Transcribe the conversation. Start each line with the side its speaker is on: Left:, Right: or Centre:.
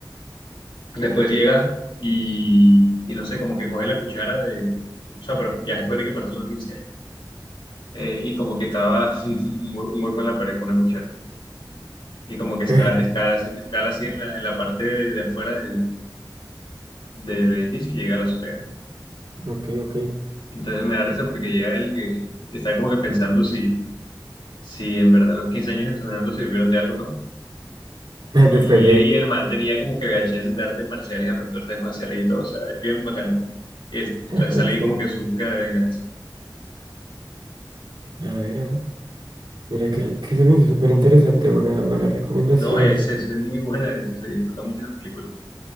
Left: Después llega y, y no sé, como que coge la cuchara de, o sea, pero ya después de que pasaron los 15 años, eh, y como que cava <laughs> un hue- un hueco en la pared con una cuchara. Y como
Right: Ok,
Left: que escala, escala, así- escala así en la, en la parte de, de afuera del, del edificio y llega a la azotea.
Right: ok, ok.
Left: Entonces me da risa porque llega él que está como que pensando si, si en verdad los 15 años entrenando sirvieron de algo o no.
Right: <laughs> Después
Left: Y,
Right: de.
Left: y el man tenía como que VHS de artes marciales, aprender artes marciales y todo, o sea, es bien bacano. Y es-
Right: <laughs>
Left: entonces
Right: tan
Left: sale
Right: chévere.
Left: ahí como que su búsqueda de venganza.
Right: A ver, a ver. Mira que, que se me hizo súper interesante, buena, buena recomendación.
Left: No, es, es es muy buena, de hecho, se disfrutó mucho esa película.